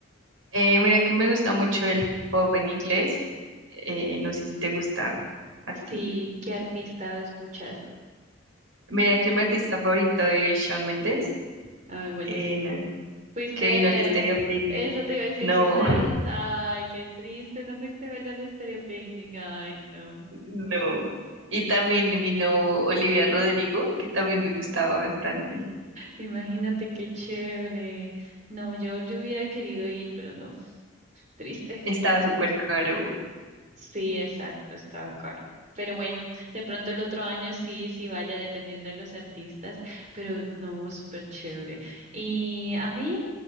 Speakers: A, on the right; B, on the right.
A: Eh, mira que me gusta mucho el pop en inglés. Eh, no sé si te gusta a
B: Sí,
A: ti.
B: ¿qué artista escuchas?
A: Mira que mi artista favorito es Shawn Mendes.
B: Ay, buenísimo.
A: eh, no
B: Fuiste,
A: que vino el Estéreo
B: eh,
A: Picnic.
B: eso te iba a decir,
A: No,
B: fuiste, a- ay, qué triste, no fuiste a verlo al Estéreo Picnic. Ay, no.
A: <laughs> no. Y también vino Olivia Rodrigo, que también
B: <laughs>
A: me gustaba bastante.
B: Imagínate qué chévere. No, yo, yo hubiera querido ir, pero no, triste.
A: Estaba súper caro.
B: Sí, exacto, estaba caro. Pero bueno, de pronto el otro año sí, sí vaya dependiendo de los artistas, pero no, súper chévere. Y a mí,